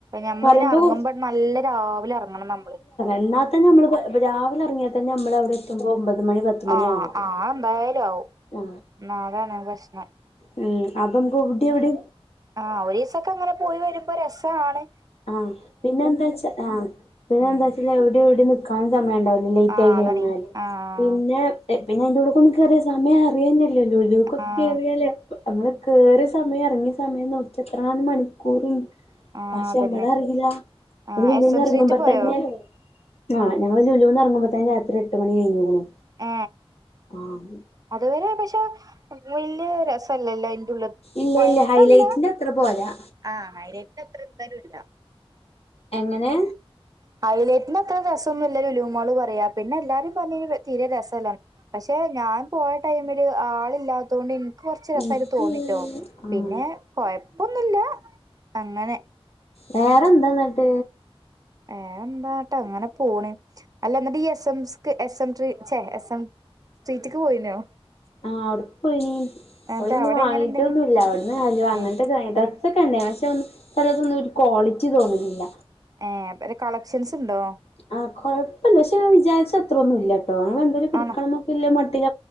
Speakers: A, on the right; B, on the left.
A: ഞമ്മൾഅ
B: പറയുമ്പോ
A: യിന് ഇറങ്ങുമ്പോ
B: കൊറ
A: നല്ല രാവിലെ ഇറങ്ങണം നമ്മൾ.
B: എന്നാത്തന്നെ നമ്മൾ രാവിലെറങ്ങിയാൽ തന്നെ നമ്മളവിടെ എത്തുബോ ഒമ്പത് മണി പത്തുമണി
A: ആഹ്
B: ആവും.
A: ആഹ് എന്തായാലും ആവും
B: ആ,
A: അതാണ് പ്രശ്നം
B: ഉം, അപ്പൊ <unintelligible> നമുക്ക് എവിടെ എവിടെ
A: ആ, ഒരു രി സക്കെ അങ്ങനെ പോയി വരുമ്പോ രസാ ണ്.
B: ആ, പിന്നെ എന്താച്ചാ ആ, പിന്നെ
A: ഉം
B: എന്താെച്ചാ എവിടെ എവിടെന്ന് നീക്കാൻ സമയം ഉണ്ടാവൂല ലേറ്റ്
A: ആഹ്
B: ആയി കഴിഞ്ഞാല്
A: അതാണേ ആഹ്
B: പിന്നെ പിന്നെ അ യിന്റെ ഉള്ള്‌ക് ഒന്നും കേറിയാൽ സമയം അറിയന്ന ലെ ല്ലോ. ലുലുക് എത്തിയാൽ
A: ആഹ്
B: പിന്നെ <unintelligible> നമ്മളൾ കേറിയസമയം, ഇറങ്ങിയ സമയം നോക്കി എത്ര ങ്ങാനും മണിക്കൂറുണ്ട്.
A: ആഹ് അതന്നെ
B: നമ്മള അറിയില്ല.
A: ആഹ്
B: ലുലുൽ
A: എസ് എം
B: ഇറങ്ങുമ്പോ
A: സ്ട്രീറ്റ് പോയോ
B: തന്നെ ആ, ഞങ്ങളൾ ലുലു ന്ന് എറങ്ങുമ്പോതന്നേയ് രാത്രി എട്ട് മണി കഴിഞ്ഞു ക്ക്ണ്‌.
A: എ.
B: കോറ <unintelligible>
A: അതുവരെ പക്ഷേ വലിയ രസല്ലല്ലോ.
B: ഇല്ല
A: കൊഴപ്പല്ല.
B: ഇല്ല ഹൈലൈറ്റിന്റെ അത്ര പോരാ
A: ആ, ഹൈലെറ്റിന് എത്ര എ ടുത്താലും ഇല്ല.
B: എങ്ങനെ?
A: ഹൈലൈറ്റിന്റെ അത്ര രസംന്നുല്ല ലുലു മാൾ പറയാ, പിന്നെ എല്ലാരും പറഞ്ഞ തീരെ രസല്ല. പക്ഷേ ഞാൻ പോയ ടൈമില് ആൾ ഇല്ലാതോണ്ട് ഇന്നി കൊറച്ച് രസമായിട്ട്
B: എനിക്ക്
A: തോന്നിട്ടോ.
B: ആഹ്
A: പിന്നെ കൊഴപ്പൊന്നുമില്ല അങ്ങനെ
B: വേറെ എന്താന്നിട്ട്.
A: വേറെ എന്താട്ടോ അങ്ങനെ പോണ്. അല്ല എന്നിട്ട് ഈ എസ് എംസ് എസ് എം േ എ എം <unintelligible> സ്രീറ്റക്ക് പോയിനോ?
B: അ, അവിടെക് പോയിനീ
A: എന്നിട്ട്
B: അവിടൊന്നും
A: അവിടെ
B: വാങ്ങീട്ട
A: എങ്ങനെ ഇണ്ടേനി
B: ഒന്നും ഇല്ല. അവിടുന്ന് ഹലുവ അങ്ങനത്തെട്ടാ
A: ഏ
B: അതൊ കണ്ടേ പക്ഷെ ഒന്ന് ചിലത്ഒന്നും ഒരു ക്വാളിറ്റി തോന്നുന്നില്ല.
A: ഏ, പത് കളക്ഷൻസ് ഉണ്ടോ?
B: ആ, കുഴപ്പം ല്ല പക്ഷെ ഞാ വിചാരിച്ച അത്ര ഒന്നും ഇല്ല ട്ടോ അങ്ങനെ എന്തെലും എടുക്കണം
A: ആണോ
B: ന്നാ മട്ടില